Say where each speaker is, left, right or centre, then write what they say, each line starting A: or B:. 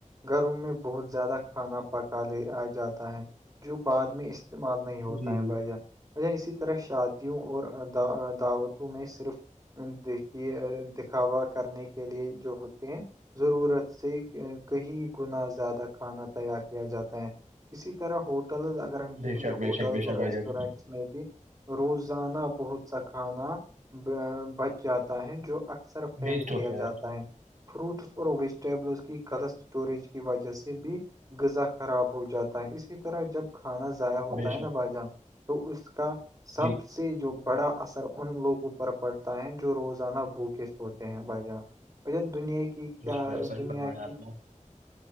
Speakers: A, on the right; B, on the right.
A: گرم میں بہت زیادہ کھانا پکا لے آ جاتا ہے جو بعد میں استعمال نہیں ہوتا
B: جی
A: ہے
B: جی
A: بھائی جان بھائی جان اسی طرح شادیوں اور دعوتوں میں صرف دیکھی دکھاوا کرنے کے لیے جو ہوتے ہیں ضرورت سے کہیں گنا زیادہ کھانا تیار کیا جاتا ہے اسی طرح ہوٹل اگر ہم دیکھیں
B: بے شک
A: گے
B: بے
A: ہوٹلس
B: شک بے
A: اور
B: شک بھائی
A: ریسٹورینٹس
B: جان
A: میں بھی روزانہ بہت سکھانا بچ جاتا ہے جو اکثر پھینک
B: ویسٹ ہوتا
A: دیا جاتا ہے فروٹس اور ویجیٹیبلس کی غلط اسٹوریج کی وجہ سے بھی غذا خراب ہو جاتا ہے اسی طح طرح جب کھانا ضائع ہوتا
B: بے
A: ہے
B: شک
A: نا بجار تو اس کا سب
B: جی
A: سے جو بڑا اثر ان لوگوں پر پڑتا جو روزانہ بوکس ہوتے ہیں بھائی جان دنیا کی کی
B: بے
A: کیا
B: شک بے شک صحیح
A: دنیا
B: فرمایا
A: کی
B: آپ نے